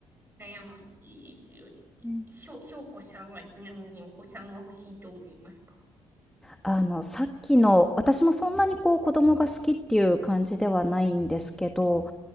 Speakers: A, on the right; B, in the centre.
A: 悩ましいですよね。
B: うん
A: しょ、しょうこさんはちなみにお子さんは欲しいと思いますか
B: あの、さっきの私もそんなにこう子供が好きっていう感じではないんですけど、